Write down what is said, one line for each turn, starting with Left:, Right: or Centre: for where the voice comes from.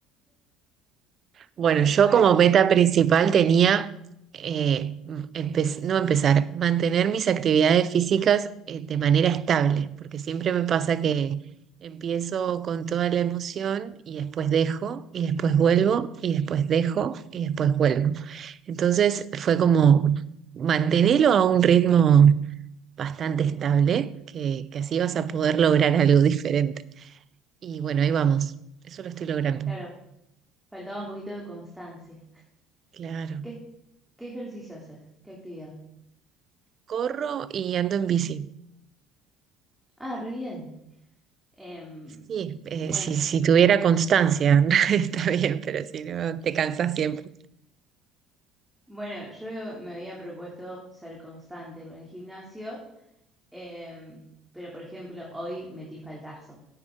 Right: Bueno,
Centre: Bueno,
Right: yo como meta principal tenía, eh, empe- no empezar, mantener mis actividades físicas eh, de manera estable, porque siempre me pasa que empiezo con toda la emoción y después dejo, y después vuelvo, y después dejo, y después vuelvo. Entonces fue como mantenerlo a un ritmo bastante estable, que, que así vas a poder lograr algo diferente. Y bueno, ahí vamos, eso lo estoy logrando.
Centre: claro, faltaba un poquito de constancia.
Right: Claro.
Centre: ¿Qué, qué ejercicio haces? ¿Qué actividad?
Right: Corro y ando en bici.
Centre: Ah, re bien. Em,
Right: Sí, eh,
Centre: bueno.
Right: si, si tuviera constancia, <laughs> está bien, pero si no, te cansas siempre.
Centre: Bueno, yo me había propuesto ser constante con el gimnasio, em, pero por ejemplo, hoy metí faltazo.